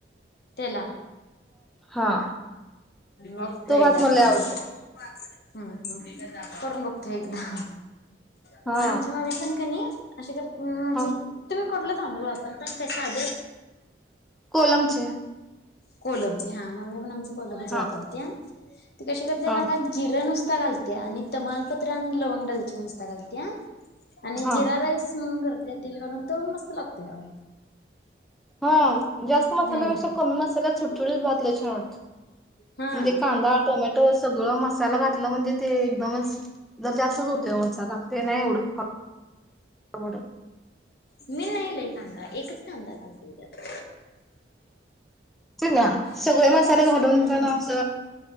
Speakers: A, on the left; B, in the centre.
A: त्याला
B: हा
A: मक्तो
B: तो भात
A: एकदा
B: मला
A: प्रयश
B: लय आवडतो
A: हम्म करून बघतो एकदा म
B: हा
A: आमची मम्मी पण कणी अशी करती हम म्हनजे
B: हा
A: तुम्ही कुठलं तांदूळ वापरता का साध
B: कोलमचे
A: कोलमचे हा मम्मी पण आमची कोलमच
B: हा
A: वापरत्या ते कशी करतेय
B: हा
A: सांगा जिरा नुसता कडीपता घालत्या आणि तमालपत्र आणि लवंग दालचीन नुसता घालत्या आणि
B: हा
A: जिरा राईस म्हण करत त्या तेल करून त मस्त लागतोय
B: हा जास्त मसाला
A: हम्म
B: पेक्षा कमी मसाला सु <unintelligible> लं छान वाटत
A: हा
B: म्हणजे कांदा टोमॅटो सगळ मसाला घातलं म्हणजे ते एकदमच तरर जास्तच होतोय मसाला ते नाही एवढं
A: मनईले काांणार आहे एकच कांदा घालायचा त्यात
B: त सगळे
A: ते
B: मसाले
A: जास्त
B: घालून
A: हा
B: त्याला अस